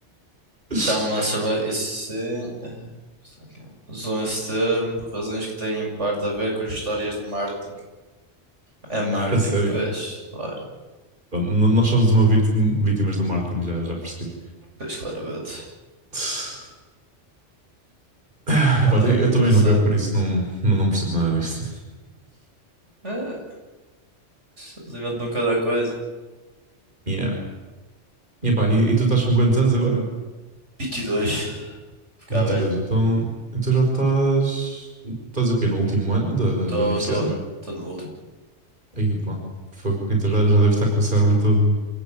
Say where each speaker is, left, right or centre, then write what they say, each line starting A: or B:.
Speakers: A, on the right; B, on the right.
A: Chamam
B: <laughs>
A: a cerveja. Isso sim. eh, isso aqui. Usam esse termo por razões que têm em parte a ver com as histórias de marketing. É marketing,
B: A sério.
A: pois, claro.
B: Pronto, n- Nós somos uma vit- vítimas do marketing, já, já percebi.
A: Pois, claramente.
B: <laughs> Ah,
A: Olha,
B: Epá, eu eu
A: engraçado.
B: também não bebo, por isso não, não, não percebo nada disto.
A: Eh, eles inventam cada coisa.
B: Yeah. E, epá, e, e tu estás com quantos anos agora?
A: vinte e dois Ficar
B: vinte
A: velho.
B: e dois então, então já estás. Estás o quê? No último ano da,
A: Estou
B: da universidade?
A: no último.
B: Aí, pá, fogo. Então já, já deves estar com o cérebro todo,